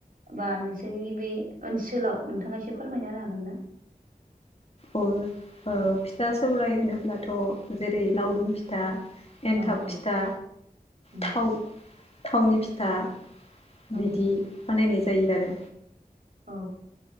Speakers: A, on the right; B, on the left.
A: बा नोंसोरनि बे ओनसोलाव नोंथाङा एसे फोरमायना होनो हागोन ना।
B: अ ओ फिथा सौराय होनोब्लाथ' जेरै लावदुम फिथा एन्थाब
A: औ
B: फिथा
A: औ उम
B: थाव थावनि फिथा
A: औ
B: बिदि बानायनाय जायो आरो
A: औ